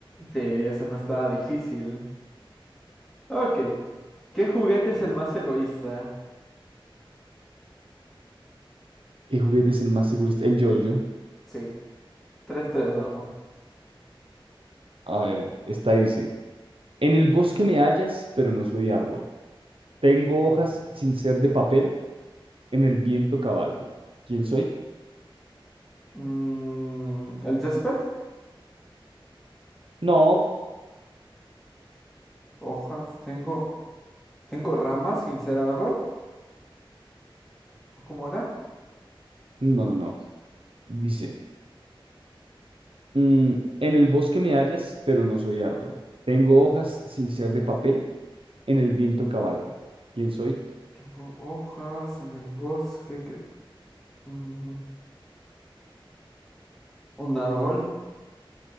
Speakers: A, in the centre; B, on the right.
A: Sí, ese no está difícil. Ok. ¿Qué juguete es el más egoísta?
B: ¿Qué juguete es el más egoísta? El yo-yo.
A: Sí, tres tres vamos.
B: A ver, esta dice. En el bosque me hallas, pero no soy árbol. Tengo hojas sin ser de papel, en el viento cabalgo. ¿Quién soy?
A: Mm, ¿el césped?
B: No,
A: Hojas, tengo, tengo ramas sin ser árbol, ¿o cómo era?
B: no, no, no. Dice. Mm, en el bosque me hallas, pero no soy árbol. Tengo hojas sin ser de papel, en el viento cabalgo. ¿Quién soy?
A: Tengo hojas en el bosque que... mm, un árbol,